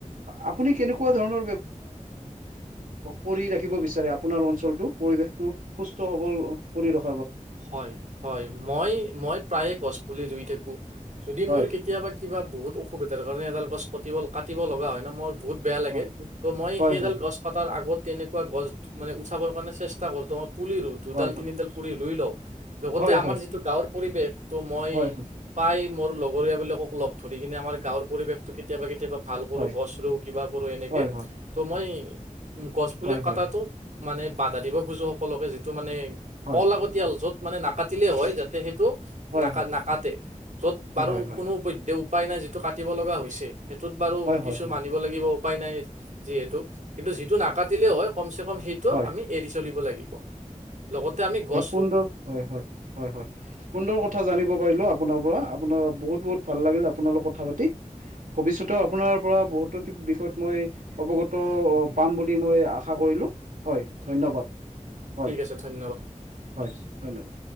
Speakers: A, on the right; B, on the right.
A: আপ কেনেকুৱা ধৰণৰা কৰি ৰাখিব বিচাৰে আপোনাৰ অঞ্চলটো পৰিৱেশটো সুস্থ সবল কৰি ৰখ
B: হয় হয় মই মই প্ৰায়ে গছ পুলি ৰুই থাকো যদি
A: হয়
B: মোৰ কেতিয়াবা কিবা বহুত অসুবিধাৰ কাৰণে এডাল গছ <unintelligible> কাটি লগা হয় ন মই বহুত বেয়া লাগে
A: হয়
B: মই
A: হয়
B: সেইডাল
A: হয়
B: গছ আগত তেনেকুৱা গছ মানে উঠাবৰ কাৰণে চেষ্টা কৰো তোমই পুলি ৰু দুডাল
A: হয় হয়
B: তিনিডাল পুলি লই ল লগতে
A: হয় হয়
B: আমাৰ যিটো গাঁৱৰ পৰিৱেশ ত মই
A: হয় হয়
B: পাই মোৰ পৰিয়াবিলাকক লগ ধৰি কিনে আমাৰ গাঁৱৰ পৰিৱেশটো কেতিয়াবা কেতিয়াবা ভাল কৰো
A: হয় হয়
B: গছ ৰু কিবা কৰো এনেকে
A: হয়
B: ত' মই উ গছ পুলি
A: হয় হয়
B: কটাাতো
A: হয় হয়
B: মানে বাধা দিব খুজো সকলে যিটো মানে
A: হয় হয়
B: অলাগতিয়াল যত মানে কাটিলে লে হয় যাতে সেইটো ন
A: হয় হয় হয়
B: নাক যত বাৰু
A: হয় হয় হয়
B: কো ব উপায় নাই যিটো কাটিব লগা হৈছে সেইটোত বাৰু কিছু
A: হয় হয় হয় হয় হয় হয়
B: মানিব
A: হয়
B: লাগিব উপায় নাই যিহেতু কিন্তু যিটো নাকাটিলে হয় কমচ কম সেই
A: হয়
B: আমি এৰি চলিব লাগিব লগতে আমি গঃ
A: কোনটো হয় হয় হয় হয় সুন্দৰ কথা জানিব পাৰিলো আপোনাৰ বহুত বহুত ভাল লাগিল আপোনাল লগ কথা পাতি ভৱিষ্যতেও আপোনাৰ পৰা বহুতো বিষয়ত মই অৱগত পাম বুলি মই আশা কৰি হয় ধন্যবাদ হয়
B: ঠিক আছে ধন্য
A: হয় ধন্যবাদ